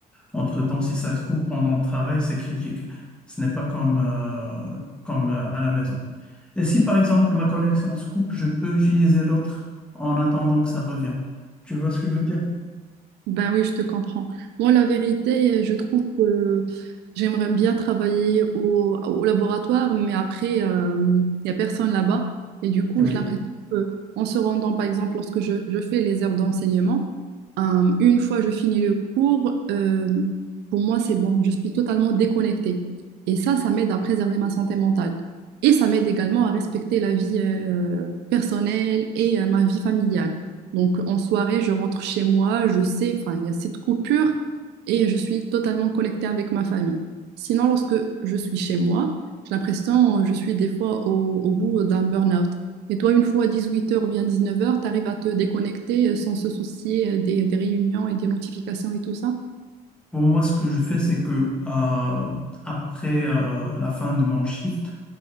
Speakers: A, in the centre; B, on the right.
A: Entre-temps, si ça se coupe pendant le travail, c'est critique. Ce n'est pas comme, euh, comme euh, à la maison. Et si par exemple ma connexion se coupe, je peux utiliser l'autre en attendant que ça revienne. Tu vois ce que je veux dire?
B: Ben oui, je te comprends. Moi, la vérité, euh, je trouve que j'aimerais bien travailler au, au laboratoire, mais après, euh, il n'y a personne là-bas. Et du coup,
A: Oui.
B: j'ai l'impression que, en se rendant, par exemple, lorsque je, je fais les heures d'enseignement, euh, une fois je finis le cours, euh, pour moi, c'est bon. Je suis totalement déconnectée. Et ça, ça m'aide à préserver ma santé mentale. Et ça m'aide également à respecter la vie, euh, personnelle et, euh, ma vie familiale. Donc en soirée, je rentre chez moi, je sais, enfin, il y a cette coupure et je suis totalement connectée avec ma famille. Sinon, lorsque je suis chez moi, j'ai l'impression euh, je suis des fois au, au bout d'un burn-out. Et toi, une fois à 18 heures ou bien 19 heures, tu arrives à te déconnecter euh, sans se soucier euh, des, des réunions et des notifications et tout ça?
A: Pour moi, ce que je fais, c'est que euh, après euh, la fin de mon shift,